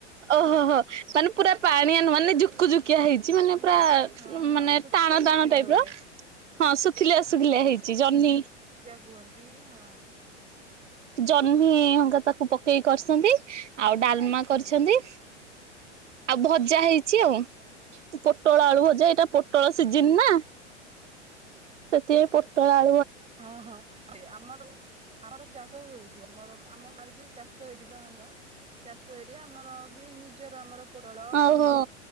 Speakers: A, on the right; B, on the right.
A: ଓ ହୋ ହୋ ମାନେ ପୁରା ପାଣିଆ ନୁହ ମାନେ ଜକୁୁ ଜୁକ। କିଆ ହେଇଚି ମାନେ
B: ନା
A: ପୁରା
B: ହଁ ହଁ
A: ମାନେ
B: ଶୁଖିଲା
A: ଟାଣ ଟାଣ
B: ଶୁଖିଲା
A: ଟାଇପର।
B: ହୁଏ।
A: ହଁ ଶୁଖିଲିଆ ଶୁଖିଲିଆ ହେଇଛି ଜହ୍ନି।
B: କୁହନ୍ତିି ହଁ।
A: ଜହ୍ନି ଅଙ୍କା ତାକୁ ପକେଇକି କରିଛନ୍ତି। ଆଉ ଡାଲମା
B: ହଁ
A: କରିଛନ୍ତି
B: ହଁ।
A: ଆଉ ଭଜା ହେଇଚି ଆଉ। ପୋଟଳ ଆଳୁ ଭଜା ଏଇଟା ପୋଟଳ
B: ହଁ।
A: ସିଜିନ୍ ନା ସେଥିଆଇ ପୋଟଳ ଆୁ
B: ହଁ ହଁ ସେ ଆମ ଆମର ଚାଷ ହୁଏଇଛି ଆମର ଆମ ଗାରେ ବି ଚାଷ ହେଇ ଟି ବା ଆମର। ଚାଷ ଏରିଆ, ଆମରବି ନିଜର ଆମର ପୋଟଳ,
A: ଓହୋ
B: ଭେଣ୍ଡି,